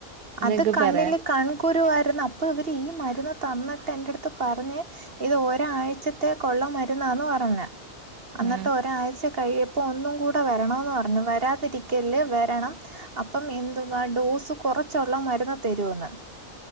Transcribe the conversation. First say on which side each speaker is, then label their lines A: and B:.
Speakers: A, on the right; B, on the right.
A: എന്നൊക്കെ
B: അത് കണ്ണില്
A: പറയാൻ
B: കൺകുരുവായിരുന്നു അപ്പൊ ഇവര് ഈ മരുന്ന് തന്നിട്ട് എൻന്റെ അടുത്ത് പറഞ്ഞ് ഇത് ഒരാഴ്ചത്തെക്കള്ള മരുന്നന്ന് പറഞ്ഞ അ എന്നിട്ട്
A: ഉം
B: ഒരാഴ്ച കഴിയപ്പോൾ ഒന്നും കൂടെ വരണമെന്ന് പറഞ്ഞു വരാതിരിക്കല് വരണം അപ്പം എന്തുവാ ഡോസ് കുറച്ചള്ള മരുന്ന്തരൂന്ന്